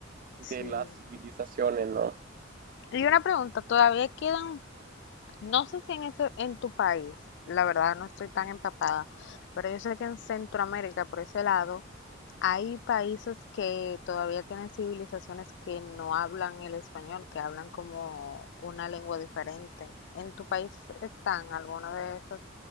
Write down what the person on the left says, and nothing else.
sí,
Y una pregunta, todavía quedan, no sé si en ese, en tu país, la verdad no estoy tan empapada, pero yo sé que en Centroamérica, por ese lado, hay países que todavía tienen civilizaciones que no hablan el español, que hablan como una lengua diferente. ¿En tu país están alguna de esas